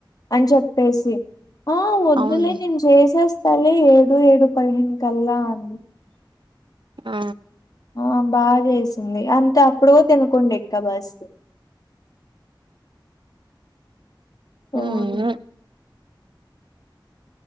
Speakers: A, on the left; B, on the right.
A: అని చెప్పేసి ఆ వద్దులే
B: అవునులే
A: నేను చేసేస్తాలే ఏడు ఏడు పదహేను కల్లా అ
B: ఆ
A: ఆ బాగా ఎసింది అంతే అప్పుడు తినకుండా ఎక్కా బస్ సోది
B: ఉమ్